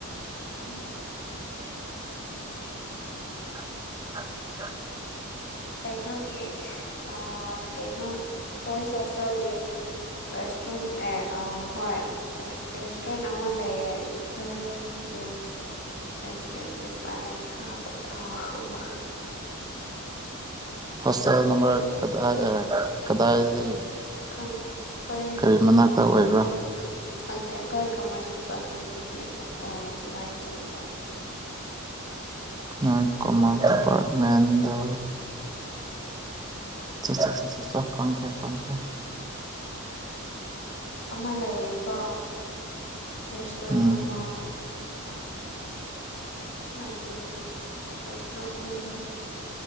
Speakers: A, on the left; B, on the right.
A: ꯎꯝ
B: <inaudible>
A: ꯀꯩꯅꯣꯒꯤ ꯑꯣ ꯀꯩꯅꯣ ꯕꯣꯏꯁ ꯍꯣꯢꯁꯇꯦꯜꯒꯤ ꯔꯦꯁꯇꯔꯨꯟ ꯑꯦ ꯑ ꯍꯣꯏ ꯔꯦꯁ ꯔꯦꯁꯇꯔꯨꯟ ꯑꯃ ꯂꯩꯌꯦ ꯗꯣꯏ ꯀ꯭ꯌ ꯔꯦꯁꯇꯨꯔꯦꯟꯒꯤ ꯄꯔꯊꯥ ꯈꯨꯠꯍꯥꯎ ꯑꯃ
B: ꯍꯣꯢꯇꯦꯜ ꯅꯝꯕ꯭ꯔ ꯀꯗꯥꯢ ꯑꯦ ꯀꯗꯥꯢꯗꯒꯤ
A: ꯈꯪꯗꯦ ꯑꯩꯈꯣꯏ
B: ꯀꯔꯤ ꯃꯅꯥꯛꯇ ꯑꯣꯏꯕ꯭ꯔꯥ
A: ꯈꯪꯗꯦ ꯑꯈꯣꯏ ꯀꯝꯃ꯭ꯔꯁ ꯗꯤꯄꯥꯔꯠꯃꯦꯟꯗꯒꯤ ꯑꯃꯨꯛ ꯑꯣ ꯁꯨꯃꯥꯏꯟ ꯆꯠꯄ
B: ꯎꯝ ꯀꯥꯃ꯭ꯔꯁ
A: ꯃꯅꯨꯡꯗ
B: ꯗꯤꯄꯥꯔꯠꯃꯦꯟꯗ ꯆꯥ ꯆꯥ ꯆꯥ ꯆꯥ ꯆꯥ ꯈꯪꯈ꯭ꯔꯦ ꯈꯪꯈ꯭ꯔꯦ
A: ꯑꯃ ꯂꯩꯌꯦꯀꯣ ꯔꯦꯁꯇꯨ꯭ꯔꯦꯟ
B: ꯎꯝ
A: ꯑꯃ ꯑꯗꯨ ꯔꯦꯁ ꯇ꯭ꯔꯣꯟꯗꯨꯗ